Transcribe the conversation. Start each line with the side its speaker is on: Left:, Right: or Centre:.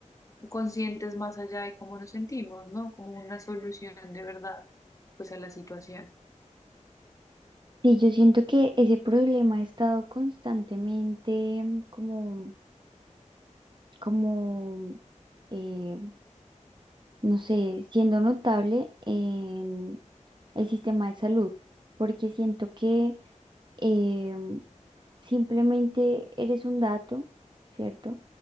Left: conscientes más allá de cómo nos sentimos, ¿no? Como una solución de verdad, pues a la situación.
Right: Sí, yo siento que ese problema ha estado constantemente mm, como, como eh, no sé, siendo notable en el sistema de salud, porque siento que eh, simplemente eres un dato, ¿cierto?